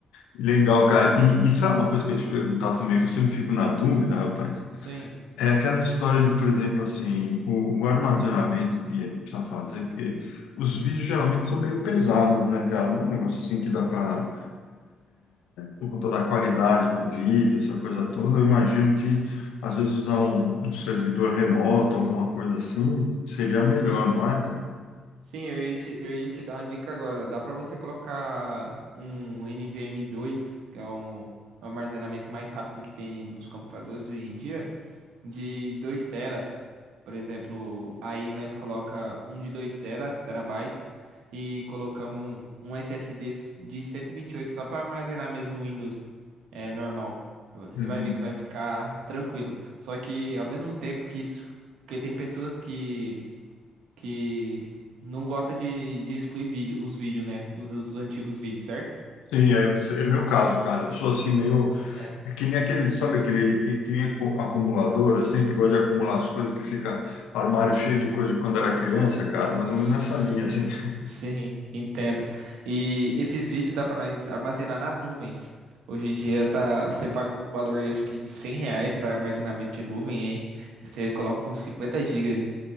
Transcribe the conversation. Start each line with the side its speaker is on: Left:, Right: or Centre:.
Left: legal, cara. E, e sabe uma coisa que eu ia te perguntar também, que eu sempre fico na dúvida, rapaz?
Right: Sim.
Left: É aquela história de, por exemplo, assim, o, o armazenamento que a gente precisa fazer, porque os vídeos geralmente são meio pesados, né, cara? Não é um negócio assim que dá para, por conta da qualidade do vídeo, essa coisa toda, eu imagino que às vezes usar um, um servidor remoto, alguma coisa assim, seria melhor,
Right: Sim,
Left: não é, cara?
Right: sim, eu ia te, eu ia te dar uma dica agora. Dá para você colocar um nvme dois que é um armazenamento mais rápido que tem nos computadores hoje em dia, de 2 tera. Por exemplo, aí nós coloca um de 2 tera, terabytes, e colocamos um, um SSD de cento e e vinte e oito só para armazenar mesmo o Windows é, normal. Você
Left: Uhum.
Right: vai ver que vai ficar tranquilo. Só que ao mesmo tempo que isso, porque tem pessoas que que não gosta de, de excluir vídeo, os vídeos, né? Os, os antigos vídeos, certo?
Left: Sim, é, é meu caso, cara. Eu sou assim meio.
Right: É.
Left: É que nem aquele, sabe aquele que, que nem acu- acumulador, assim, que gosta de acumular as coisas, que fica armário cheio de coisa de quando era criança, cara, mais ou
Right: Sim,
Left: menos nessa linha, assim. <laughs>
Right: sim, entendo. E esses vídeos dá pra nós armazenar nas nuvens. Hoje em dia tá, você paga um valor, acho que de 100 reais para armazenamento de nuvem aí. Você coloca uns 50 gigas